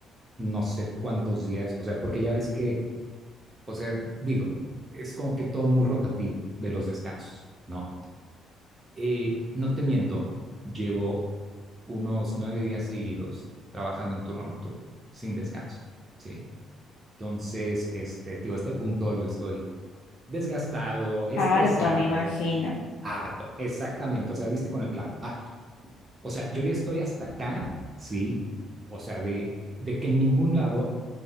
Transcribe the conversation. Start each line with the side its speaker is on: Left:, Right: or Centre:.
Right: no sé cuántos días, o sea, porque ya ves que, o sea, digo, es como que todo muy rotativo de los descansos, ¿no? Eh, no te miento, llevo unos nueve días seguidos trabajando en turno nocturno, sin descanso, ¿sí? Entonces, este, te digo, a este punto yo estoy desgastado, estresado,
Left: Harto, me imagino.
Right: harto, exactamente, o sea, viste con el clavo, harto. O sea, yo ya estoy hasta acá, sí, o sea, de, de que en ningún lado